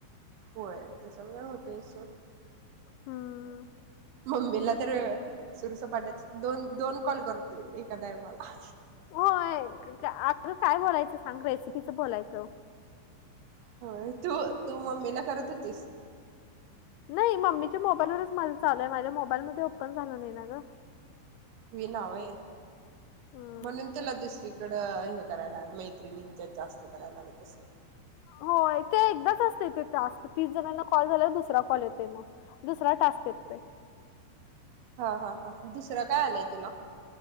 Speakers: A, on the right (about 75°); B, on the left (about 85°).
A: होय तस मग होतय सोड.
B: हम्म.
A: मम्मीला तर सुरूसपाठायच दोन दोन कॉल करतोय ऐका टाईमाला.
B: होय अग काय बोलायचं सांग, रेसिपीच बोलायचं.
A: होय तू तू मम्मीला करत होतीस?
B: नाही मम्मीच्या मोबाईलवरच माझं चालू हाय, माझ्या मोबाईल मध्ये ओपन झालं नाही ना ग.
A: वि नाव होय,
B: हम्म
A: म्हणून तुला दुसरी कड हे करायला मैत्रिणींच्यात जास्त करायला लागत असल?
B: होय ते एकदाच असतय ते टास्क, तीस जणांना कॉल झाल्याव दुसऱ सरा कॉल येतोय मग दुसरा टास्क येतोय.
A: हा हा हा दुसरं काय आलंय तुला?